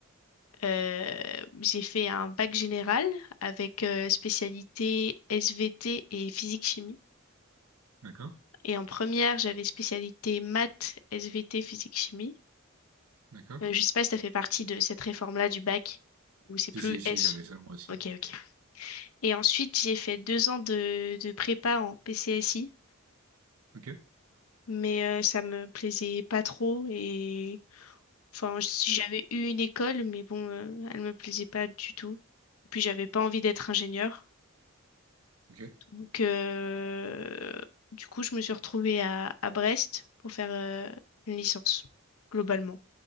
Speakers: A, on the left; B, on the right.
A: euh, j'ai fait un bac général avec euh, spécialité SVT et physique-chimie.
B: d'accord,
A: Et en première, j'avais spécialité maths, SVT, physique-chimie.
B: d'accord.
A: Euh, je sais pas si ça fait partie de cette réforme-là du bac, où c'est plus
B: Si, si, si,
A: S.
B: j'avais ça moi aussi.
A: Ok, ok. Et ensuite, j'ai fait deux ans de, de prépa en PCSI,
B: Ok,
A: mais euh, ça me plaisait pas trop. Et enfin, si j'avais eu une école, mais bon, euh, elle me plaisait pas du tout. Puis j'avais pas envie d'être ingénieur.
B: ok,
A: Donc, euh, du coup, je me suis retrouvée à, à Brest pour faire euh, une licence, globalement.